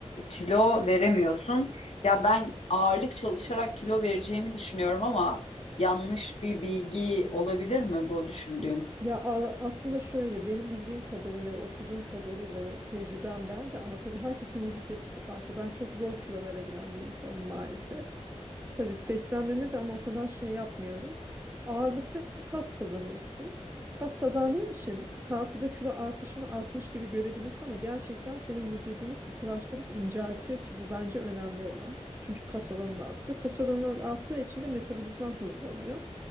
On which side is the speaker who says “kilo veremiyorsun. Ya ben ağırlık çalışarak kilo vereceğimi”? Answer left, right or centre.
Left